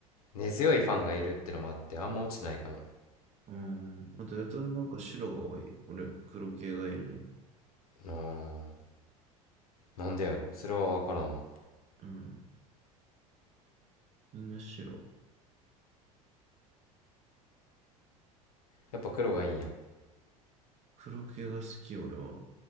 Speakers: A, on the left; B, on the right.
A: 根強いファンがいるってのもあって、あんま落ちてないかも。
B: うんあと、やたらなんか白が多い。俺、黒系がいいのに。
A: あーなんでやろう。それはわからんわ。
B: うん、みんな白。
A: やっぱ黒がいいんや。
B: 黒系が好き、俺は。